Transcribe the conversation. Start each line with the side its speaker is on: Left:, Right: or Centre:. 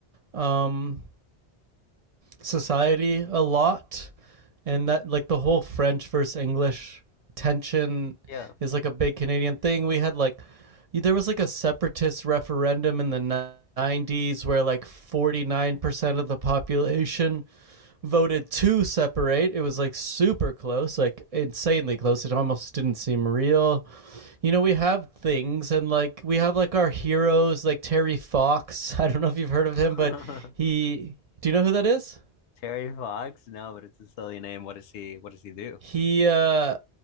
Right: um society a lot and that like the whole french versus english tension
Left: Yeah.
Right: is like a big canadian thing we had like there was like a separatist referendum in the 90s where like 49% of the population voted to separate it was like super close like insanely close it almost didn't seem real you know we have things and like we have like our heroes like terry fox <laughs> i don't know if you've heard of him
Left: <laughs>
Right: but he do you know who that is
Left: Terry Fox? No, but it's a silly name. What does he, what does he do?
Right: He uh,